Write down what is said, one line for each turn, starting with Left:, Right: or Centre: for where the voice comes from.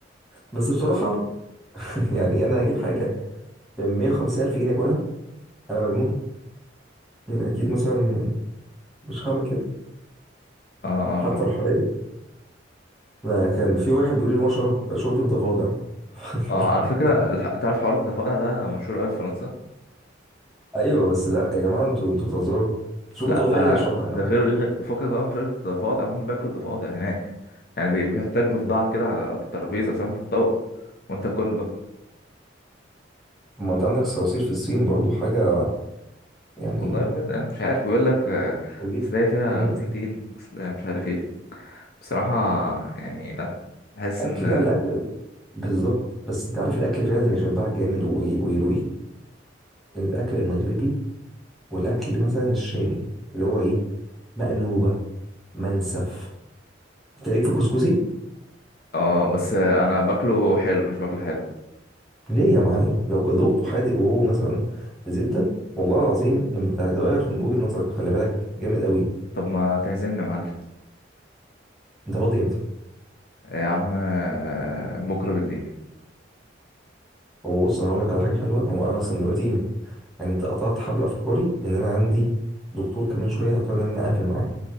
Centre: بس بصراحة <laughs> يعني أنا هجيب حاجة ب 150 ألف جنيه أكلها أنا مجنون يعني أكيد مثلا مش هعمل كده
Left: اه اه
Centre: حتى
Left: فاهم
Centre: روحانيا انا كان في واحد بيقول لي هو شرب شوربه ضفادع <laughs>
Left: اه على فكرة الح- تعرف حوار الضفادع ده مشهور قوي في فرنسا
Centre: ايوه بس لا يا جماعه انتوا انتوا بتهزروا شوربه
Left: لا
Centre: ضفادع
Left: آه،
Centre: ايه اللي اشربها يا
Left: ده
Centre: عم
Left: غير غير- فكك بقى مش قصدي ضفادع هم بياكلوا الضفادع هناك يعني بي- بيحتاجوا ضفدعة كده على على الترابيزة فاهم في الطوق وانت كل بقى
Centre: طب ما انت عندك صراصير في الصين برضو حاجه يعني
Left: والله ما- انا مش عارف بيقول لك آه،
Centre: خليك
Left: اصل هي فيها
Centre: امم
Left: بروتين اصل هي مش عارف ايه بصراحة يعني لا بحس
Centre: اكل
Left: ان
Centre: لا الاكل بالظبط بس انت عارف الاكل فعلا اللي يشبعك جامد وي- ويرويك الاكل المغربي والاكل مثلا الشامي اللي هو ايه مقلوبه منسف انت ليك في كسكسي
Left: اه بس آه، انا باكله حلو مش باكله حادق
Centre: ليه يا معلم لو ذوقته حادق وهو مثلا بزبده والله العظيم انت هتغير من وجهه نظرك خلي بالك جامد قوي
Left: طب ما تعزمني يا معلم
Centre: انت فاضي امتى
Left: يا عم آه، بكرة بالليل
Centre: هو بص انا هقول لك على حاجه حلوه هو انا اصلا دلوقتي يعني انت قطعت حبل افكاري لان انا عندي دكتور كمان شويه هضطر ان انا اقفل معاك